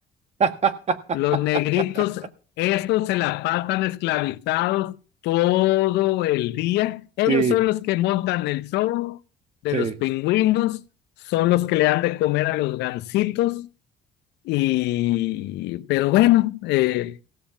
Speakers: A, on the right; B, on the left.
A: <laughs>
B: Los negritos, esos se la pasan esclavizados todo el día. Ellos
A: Sí,
B: son los que montan el show de
A: sí.
B: los pingüinos, son los que le dan de comer a los gansitos. Y, pero bueno, eh,